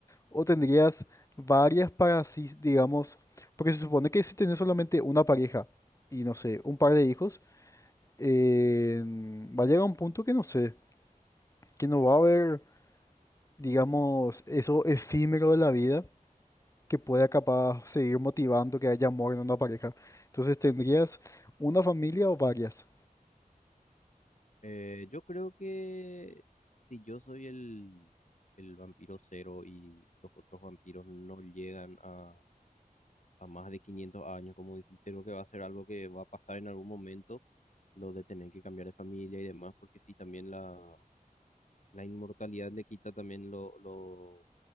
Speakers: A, on the left; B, on the left.
A: o tendrías varias para así, digamos, porque se supone que si tenés solamente una pareja y no sé, un par de hijos, eh, va a llegar un punto que no sé, que no va a haber... digamos, eso efímero de la vida que pueda capaz seguir motivando que haya amor en una pareja. Entonces, ¿tendrías una familia o varias?
B: Eh, yo creo que si yo soy el, el vampiro cero y los otros vampiros no llegan a a más de 500 años, como dijiste, creo que va a ser algo que va a pasar en algún momento, lo de tener que cambiar de familia y demás, porque sí, también la, la inmortalidad le quita también lo, lo,